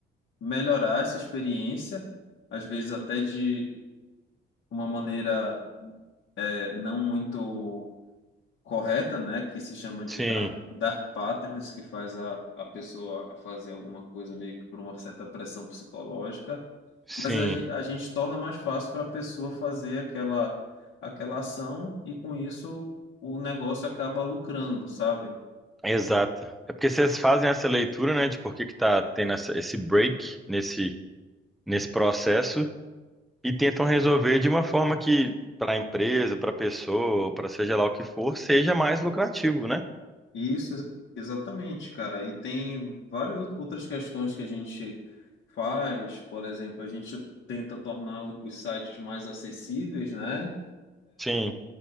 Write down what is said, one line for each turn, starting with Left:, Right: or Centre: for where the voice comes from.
Left: melhorar essa experiência, às vezes até de uma maneira é, não muito correta, né, que se chama de
Centre: Sim.
Left: dark, dark patterns, que faz a, a pessoa a fazer alguma coisa meio que por uma certa pressão psicológica,
Centre: Sim.
Left: mas a, gen- a gente torna mais fácil para a pessoa fazer aquela, aquela ação e com isso o negócio acaba lucrando, sabe?
Centre: Exato. É porque vocês fazem essa leitura, né, de por que que tá tendo essa- esse break nesse, nesse processo e tentam resolver de uma forma que para a empresa, para a pessoa, para seja lá o que for, seja mais lucrativo, né?
Left: Isso, ex- exatamente, cara. E tem várias out- outras questões que a gente faz. Por exemplo, a gente tenta tornar o- os sites mais acessíveis, né?
Centre: Sim.